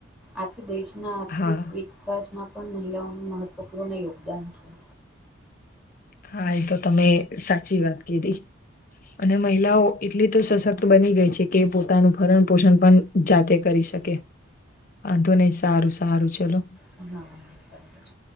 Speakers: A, in the centre; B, on the left (about 45°).
A: આથી દેશના આર્થિક
B: હા,
A: વિકાસમાં પણ મહિલાઓનું મહત્વપૂર્ણ યોગદાન છે.
B: હા એ તો તમે સાચી વાત કીધી. અને મહિલાઓ એટલી તો સશક્ત બની ગઈ છે કે પોતાનું ભરણ પોષણ પણ જાતે કરી શકે વાંધો નય સારું સારું ચલો
A: હા બરાબર છે.